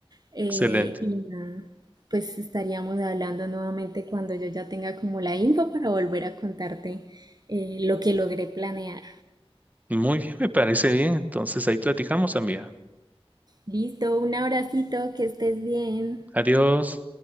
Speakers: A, on the right; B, on the right.
A: Eh,
B: Excelente.
A: y nada, pues estaríamos hablando nuevamente cuando yo ya tenga como la info para volver a contarte eh, lo que logré planear.
B: Muy bien, me parece bien. Entonces, ahí platicamos, amiga.
A: Listo, un abracito, que estés bien.
B: Adiós.